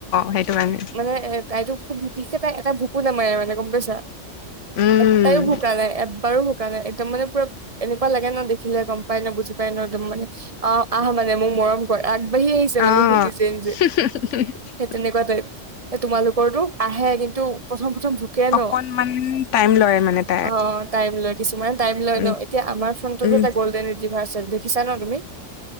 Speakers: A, on the left (about 75°); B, on the right (about 30°).
A: সেইটো কাৰণে
B: মানে এ তাইতো খুব ভুকি তাই এটা ভুকো নামাৰে মানে গ'ম পাইছা।
A: উম
B: এটাইও ভোকা নাই, এবাৰো ভোকা নাই। একদম মানে, পূৰা এনেকুৱা লাগে ন' দেখিলে, গম পাই ন' বুজি পাই ন'! একদম মানে, অ'! আহ মানে, মোৰ মৰম আগবাঢ়ি আহিছে
A: অ
B: মানে, সি নিজে-নিজে।
A: <unintelligible>
B: সেই তেনেকুৱা টাইপ। এই, তোমালোকৰটো আহে। কিন্তু, প্ৰথম-প্ৰথম ভুকে ন'?
A: অকনমান টাইম লয় মানে তাই
B: অ'! টাইম লৈ কিছুমানে, টাইম লয়
A: উম
B: ন'! এতিয়া, আমাৰ ফ্ৰণ্টটো
A: উম
B: এটা গল্ডেন ৰিট্ৰিভাৰ আছে। দেখিছা ন' তুমি?